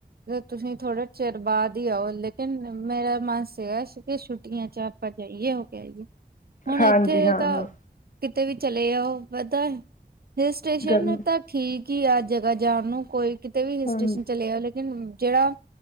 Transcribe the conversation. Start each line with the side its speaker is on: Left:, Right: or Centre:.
Right: ਤੁਸੀਂ ਥੋੜੇ ਚਿਰ ਬਾਅਦ ਹੀ ਆਓ। ਮੇਰਾ ਮਨ ਸੀਗਾ ਸੀ ਕਿ ਛੁੱਟੀਆਂ ਚ ਆਪਾਂ ਜਾਈਏ ਹੋ ਕੇ ਆਈਏ। ਹੁਣ
Left: ਹਾਂਜੀ
Right: ਇੱਥੇ
Left: ਹਾਂ
Right: ਤਾਂ।
Left: ਹਾਂ
Right: ਕਿਤੇ ਵੀ ਚਲੇ ਆ ਉਹ ਵਧਾ ਹਿਲ ਸਟੇਸ਼ਨ
Left: ਗਰਮੀ
Right: ਠੀਕ ਈ ਆ ਜਗ੍ਹਾ ਜਾਣ ਨੂੰ' ਕੋਈ ਕਿਤੇ ਵੀ ਹਿਲ
Left: ਹਾਂਜੀ
Right: ਸਟੇਸ਼ਨ ਚਲੇੇ। ਜਿਹੜਾ